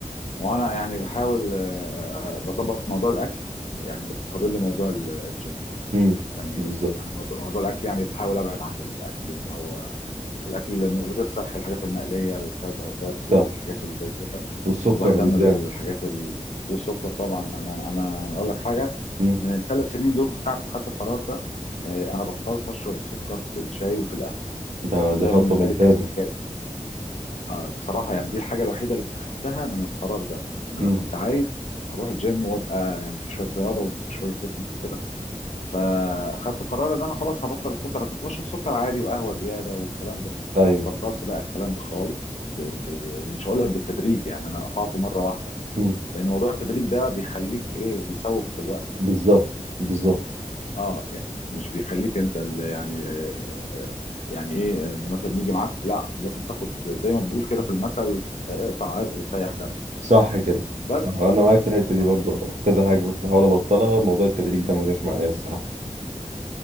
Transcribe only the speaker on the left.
وانا يعني بحاول آه، آه، بظبط موضوع الاكل يعني بس فاضل لي موضوع ال- الجيم
يعني
يعني موضوع موضوع الاكل يعني بحاول ابعد عن الاكل اللي هو الاكل الغير صحي الحاجات المقليه الكربوهيدرات
والحاجات اللي زي كده
وبهتم
بالحاجات ال... والسكر طبعا انا انا اقول لك حاجه
من الثلاث سنين دول من ساعه ما خدت القرار ده آه، انا بطلت اشرب السكر في الشاي وفي القهوه
وده
بالنسبه
لي كان انجاز آه، بصراحه يعني دي الحاجه الوحيده اللي استفدتها من القرار ده ان انا
كنت عايز اروح الجيم وابقى يعني في شويه رياضه وفي شويه فتنس وكده فاخدت قرار ان انا خلاص هبطل السكر انا كنت بشرب سكر عادي وقهوه زياده والكلام ده
بطلت بقى الكلام ده خالص ب... ب... ب... ومش هقول لك بالتدريج يعني انا قطعته مره واحده
لان موضوع التدريج ده بيخليك ايه بيسوف في الوقت
اه يعني مش بيخليك انت اللي يعني آه، آه، يعني ايه ان مثلا يجي معاك لا لازم تاخد زي ما بنقول كده في المثل آه، اقطع عرق وسيح دمه
بس
آه،